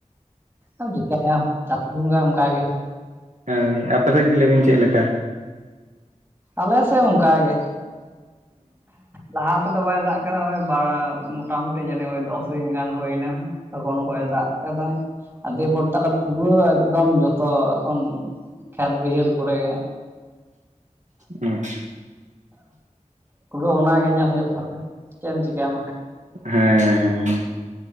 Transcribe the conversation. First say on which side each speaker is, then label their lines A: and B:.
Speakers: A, on the right; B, on the right.
A: ᱟᱢᱫᱚᱢ ᱪᱤᱠᱟᱹᱭᱟ ᱪᱟᱸᱫᱳ ᱵᱚᱸᱜᱟ ᱚᱱᱠᱟ ᱜᱮ᱾
B: ᱦᱳᱭ ᱟᱯᱮ ᱥᱮᱫ ᱜᱮ ᱞᱟᱹᱭᱵᱤᱱ ᱪᱮᱫ ᱞᱮᱠᱟ᱾
A: ᱟᱞᱮ ᱥᱮᱫ ᱦᱚᱸ ᱚᱱᱠᱟ ᱜᱮ᱾ ᱞᱟᱦᱟ ᱛᱮᱫᱚ ᱵᱟᱭ ᱫᱟᱜ ᱠᱟᱫᱟ ᱵᱟ ᱢᱚᱴᱟᱢᱩᱢᱤ ᱡᱟᱱᱤᱡ ᱫᱚᱥ ᱫᱤᱱ ᱜᱟᱱ ᱦᱩᱭ ᱱᱟ᱾ ᱛᱚᱠᱷᱚᱱ ᱠᱚᱭ ᱫᱟᱜ ᱠᱟᱫᱟᱭ ᱫᱤᱭᱮᱯᱚᱨ ᱛᱟᱦᱚᱞᱮ ᱯᱩᱨᱟᱹ ᱮᱠᱫᱚᱢ ᱡᱚᱛᱚ ᱮᱠᱷᱚᱱ ᱠᱷᱮᱛ ᱵᱟᱹᱭᱦᱟᱹᱲ ᱠᱚᱨᱮ,
B: ᱟᱪᱪᱷᱟ,
A: ᱯᱩᱨᱟᱹ ᱚᱱᱟᱜᱮ ᱧᱮᱞ ᱦᱩᱭᱩᱜ ᱠᱟᱱᱟ ᱪᱮᱫ ᱮᱢ ᱪᱤᱠᱟᱹᱭ ᱵᱟ
B: ᱦᱮᱸᱻ,